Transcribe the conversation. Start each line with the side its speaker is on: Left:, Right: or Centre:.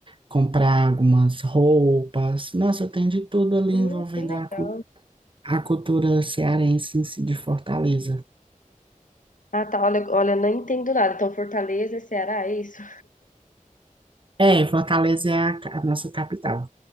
Right: comprar algumas roupas. Nossa, tem de tudo ali
Left: Hum,
Right: envolvendo
Left: que legal.
Right: a, cu- a cultura cearense em si de Fortaleza.
Left: Ah, tá. Olha, olha, não entendo nada. Então, Fortaleza, Ceará, é isso?
Right: É, Fortaleza é a, ca- a nossa capital.